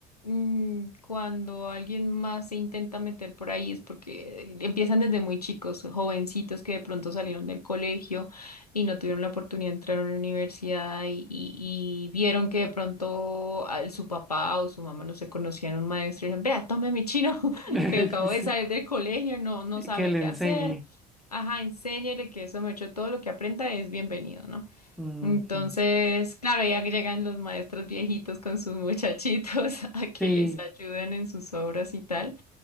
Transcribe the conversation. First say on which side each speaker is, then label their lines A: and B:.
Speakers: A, on the left (about 85°); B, in the centre.
A: mm, cuando alguien más se intenta meter por ahí es porque empiezan desde muy chicos, jovencitos que de pronto salieron del colegio y no tuvieron la oportunidad de entrar a una universidad y, y- y vieron que de pronto al- su papá o su mamá no se conocían, un maestro y dijeron, vea, tome mi chino <laughs>
B: <laughs>
A: que acabo de salir del colegio, no, no
B: Sí,
A: sabe
B: Que le
A: qué
B: enseñe.
A: hacer. Ajá, enséñele que eso me echó todo lo que aprenda es bienvenido, ¿no?
B: Ujú.
A: Entonces, claro, ya llegan los maestros viejitos con sus muchachitos <laughs> a que
B: Sí,
A: les ayuden en sus obras y tal.